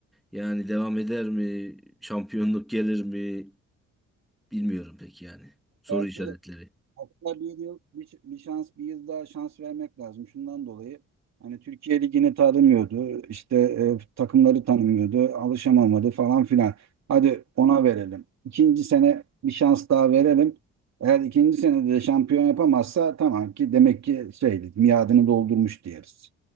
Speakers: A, in the centre; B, on the right.
A: yani devam eder mi? Şampiyonluk gelir mi? Bilmiyorum pek yani. Soru
B: belki
A: işaretleri.
B: Hatta bir yıl bir, bir şans bir yıl daha şans vermek lazım. Şundan dolayı hani Türkiye Ligi'ni tanımıyordu. İşte e, takımları tanımıyordu. Alışamamadı falan filan. Hadi ona verelim. İkinci sene bir şans daha verelim. Eğer ikinci senede de şampiyon yapamazsa tamam ki demek ki şeydi miadını doldurmuş diyeriz.